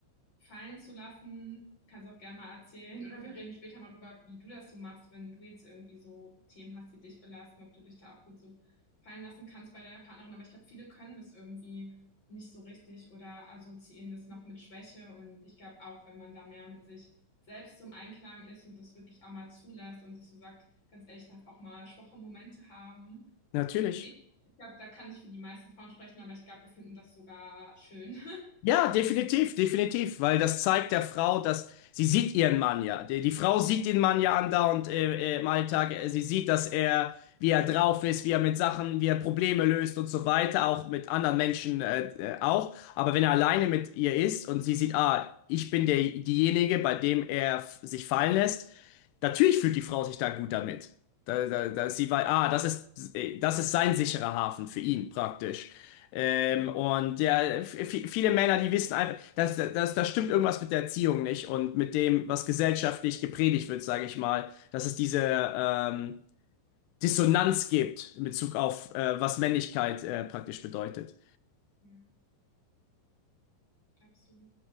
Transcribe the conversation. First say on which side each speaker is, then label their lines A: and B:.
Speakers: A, on the left; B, on the left.
A: fallen zu lassen. Kannst auch gerne mal erzählen oder wir reden später mal darüber, wie du das so machst, wenn du jetzt irgendwie so Themen hast, die dich belasten, ob du dich da auch gut so fallen lassen kannst bei deiner Partnerin. Aber ich glaube, viele können das irgendwie nicht so richtig oder assoziieren das noch mit Schwäche. Und ich glaube auch, wenn man da mehr mit sich selbst zum Einklang ist und das wirklich auch mal zulässt und sich so sagt, ganz ehrlich, ich darf auch mal schwache Momente haben.
B: Natürlich.
A: Also ich, ich glaube, da kann ich für die meisten Frauen sprechen, aber ich glaube, wir finden das sogar schön.
B: Ja, definitiv, definitiv, weil das zeigt der Frau, dass sie sieht ihren Mann ja. Die, die Frau sieht den Mann ja andauernd äh, äh, im Alltag. Äh, Sie sieht, dass er, wie er drauf ist, wie er mit Sachen, wie er Probleme löst und so weiter, auch mit anderen Menschen äh, äh, auch. Aber wenn er alleine mit ihr ist und sie sieht, ah, ich bin der, diejenige, bei dem er f- sich fallen lässt, natürlich fühlt die Frau sich da gut damit. Da, da, da sie weiß, ah, das ist, äh, das ist sein sicherer Hafen für ihn praktisch. Ähm,
A: <laughs>
B: und ja, f- viele Männer, die wissen einfach, dass, dass, da stimmt irgendwas mit der Erziehung nicht und mit dem, was gesellschaftlich gepredigt wird, sage ich mal, dass es diese ähm, Dissonanz gibt in Bezug auf, äh, was Männlichkeit äh, praktisch bedeutet.
A: ja, absolut.